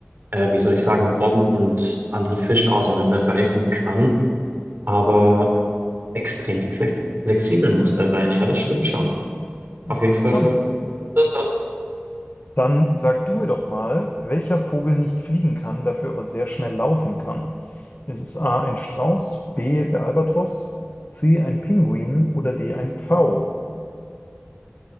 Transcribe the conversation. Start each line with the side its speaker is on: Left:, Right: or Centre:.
Right: äh, wie soll ich sagen, Robben und andere Fische auseinanderreißen kann. Aber extrem flex- flexibel muss der sein, ja, das stimmt schon. Auf
Left: Interessant.
Right: jeden Fall interessant.
Left: Dann sag du mir doch mal, welcher Vogel nicht fliegen kann, dafür aber sehr schnell laufen kann. Ist es A ein Strauß, B der Albatros, C ein Pinguin oder D ein Pfau?